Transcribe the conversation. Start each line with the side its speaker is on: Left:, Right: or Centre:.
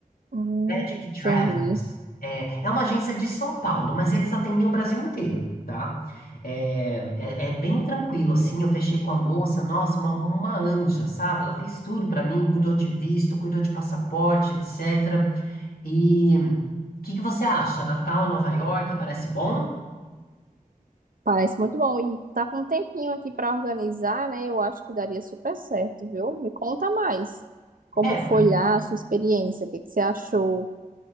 Right: Hum,
Left: Magic Travels.
Right: entendi.
Left: É, é uma agência de São Paulo, mas eles atendem o Brasil inteiro, tá? É, é, é bem tranquilo, assim. Eu fechei com a moça, nossa, uma, uma anja, sabe? Ela fez tudo pra mim, cuidou de visto, cuidou de passaporte, etc. E o que que você acha? Natal, Nova York, parece bom?
Right: Parece muito bom. E tá com um tempinho aqui para organizar, né? Eu acho que daria super certo, viu? Me conta mais. Como
Left: É,
Right: foi lá a sua experiência? O que que você achou?